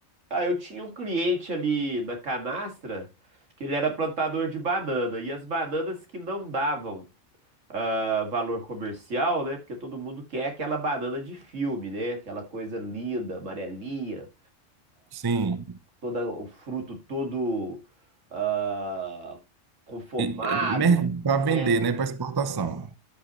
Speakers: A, on the right; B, on the right.
A: Ah, eu tinha um cliente ali na canastra que ele era plantador de banana, e as bananas que não davam. ah, valor comercial, né? Porque todo mundo quer aquela banana de filme, né? Aquela coisa linda, amarelinha,
B: Sim.
A: toda, o fruto todo ah, conformado,
B: E, para
A: né?
B: vender, né? Para exportação.